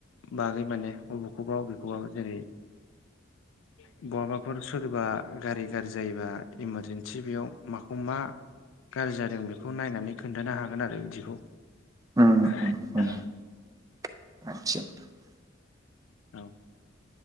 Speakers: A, on the left; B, on the right.
A: बागै माने अबेखौबा अबेखौबा जेरै <unintelligible> बेफोर सोरबा गारि गाज्रि जायोबा इमारजेन्सि बेयाव माखौ मा गाज्रि जादों बे बेखौ नायनानै खोन्थानो हागोन आरो बिदिखौ
B: उम
A: <unintelligible>
B: उम उम <unintelligible>
A: औ